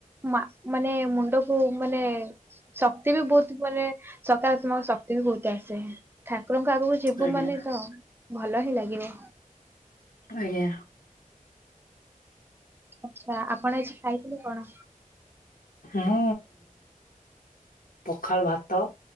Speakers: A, on the right; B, on the left.
A: ମା ମାନେ ମୁଣ୍ଡ କୁ ମାନେ ଶକ୍ତି ବି ବହୁତ୍ ମାନେ ସକାରାତ୍ମକ ଶକ୍ତି ବି ବହୁତ୍ ଆସେ। ଠାକୁରଙ୍କ ଆଗକୁ ଯିବୁ
B: ଆଜ୍ଞା
A: ମାନେ ତ ଭଲ ହିଁ ଲାଗିବ।
B: ଆଜ୍ଞା।
A: ଆଚ୍ଛା ଆପଣ ଆଜି ଖାଇଥିଲେ କଣ?
B: ମୁଁ ପଖାଳ ଭାତ